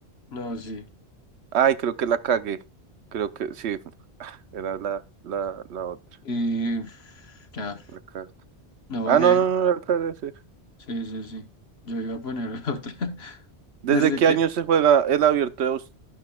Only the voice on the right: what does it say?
Ay, creo que la cagué. Creo que sí, era la, la, la otra.
La cagué.
Ah,
no, no, no, la cagué, sí.
¿Desde
qué
año se juega el abierto de Aus-